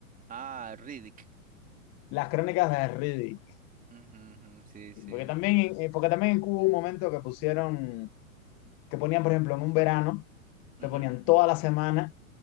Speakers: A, on the right (about 20°); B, on the left (about 35°).
A: Ah, Riddick.
B: Las crónicas de Riddick.
A: Ujú, ujú, sí, sí.
B: Porque también, eh, porque también en Cuba hubo un momento que pusieron, que ponían, por ejemplo, en un verano,
A: Ujú,
B: te ponían toda la semana